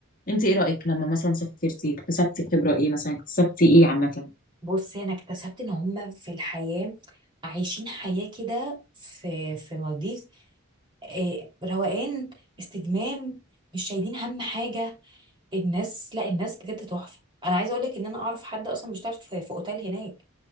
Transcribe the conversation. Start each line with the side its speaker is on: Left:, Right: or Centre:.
Left: انت ايه رأيك لما مثلا سافرتي اكتسبتي خبرة ايه مثلا اكتسبتي ايه عامة
Right: بصي انا اكتسبت ان هم في الحياه عايشين حياه كده في في مالديف آه، روقان استجمام مش شايلين هم حاجه الناس لا الناس بجد تحفه انا عايزه اقول لك ان انا اعرف حد اصلا بيشتغل في في اوتيل هناك